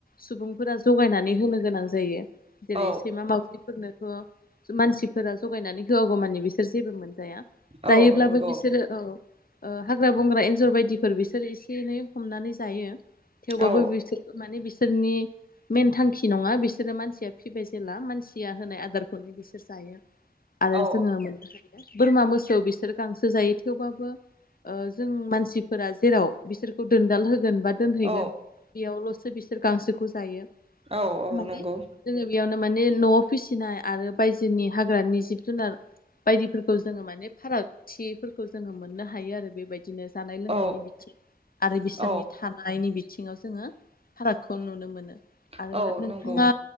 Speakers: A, on the left; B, on the right.
A: सुबुंफोरा जगायनानै होनो गोनां जायो। जेरै
B: औ
A: सैमा मावज्रिफोरनो ओ मानसिफोरा जगायनानै होआगौ मानि बिसोर जेबो मोन जाया
B: औ
A: जायोब्लाबो
B: नंगौ
A: बिसोरो औ ओ हाग्रा-बंग्रा एन्जर बायदिफोर बिसोर एसे एनै हमनानै जायो। थेवबाबो
B: औ
A: बिसोर माने बिसो सोरनि मेन थांखि नङा बिसोरो मानसिया फिबाय जेला मानसिया होनाय आदारखौनो बिसोर जायो। आरो
B: औ
A: जोङो मोन बोरमा मोसौ बिसोर गां सो जायो थेवबाबो ओ जों मानसिफोरा जेराव बिसोरखौ दोनदाल हो गोन बा दोनहैगोन
B: औ
A: बेयावल'सो बिस गांसोखौ जायो।
B: औ-औ
A: माने
B: नंगौ
A: जोङो बेयावनो माने न'आव फिसिनाय आरो बायजोनि हाग्रानि जिब-जुनार बायदिफोरखौ जोङो माने फारागथिफोरखौ जोङो नो हायो आरो बेबायदि। दिनो जानाय लोंनायनि
B: औ
A: बिथिं आरो बिसोरनि
B: औ
A: थानायनि बि बिथिङाव जोङो फारागखौ नुनो मोनो। आरो
B: औ
A: नोंथाङा
B: नंगौ